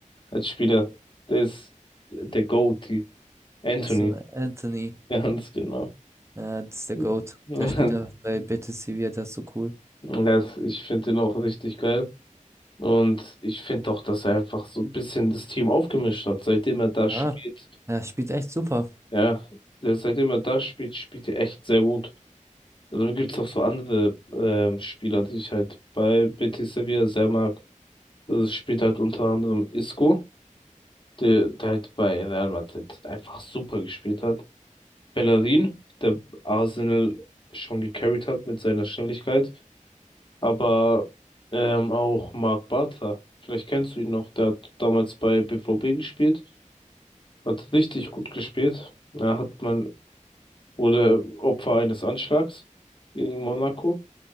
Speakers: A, on the left; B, on the right.
A: als Spieler. Der ist der GOAT, die Anthony,
B: Achso, Anthony.
A: ganz genau.
B: Ja, das ist der
A: <laughs>
B: GOAT. Der spielt ja bei Betis Sevilla, der ist so cool.
A: Das, ich finde den auch richtig geil. Und ich finde auch, dass er einfach so ein bisschen das Team aufgemischt hat, seitdem er da
B: Ja,
A: spielt.
B: er spielt echt super.
A: Ja, der, seitdem er da spielt, spielt er echt sehr gut. Also gibt es auch so andere ähm, Spieler, die ich halt bei Betis Sevilla sehr mag. Das spielt halt unter anderem Isco. der, der halt bei Real Madrid einfach super gespielt hat. Bellerin, der Arsenal schon gecarried hat mit seiner Schnelligkeit, aber ähm, auch Marc Bartra. Vielleicht kennst du ihn noch, der hat damals bei BVB gespielt, hat richtig gut gespielt. Da hat man, wurde Opfer eines Anschlags gegen Monaco